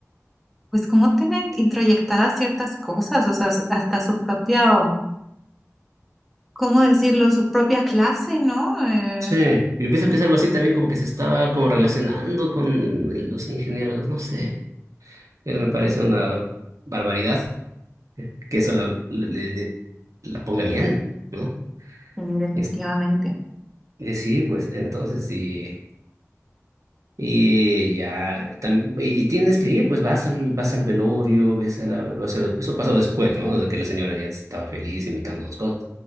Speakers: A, in the centre; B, on the right.
A: pues cómo tienen introyectadas ciertas cosas, o sea, s- hasta su propia, ¿cómo decirlo? Su propia clase, ¿no? Eh,
B: Sí, yo pienso que es algo así también como que se estaba como relacionando con los ingenieros, no sé, Eh, me parece una barbaridad que eso la, le- le- la ponga bien, ¿no?
A: mm, definitivamente.
B: Es, y sí, pues entonces sí. Y ya, tam- y y tienes que ir, pues vas al, vas al velorio, ves a la, o sea, eso pasó después, ¿no? De que la señora ya estaba feliz imitando las cosas.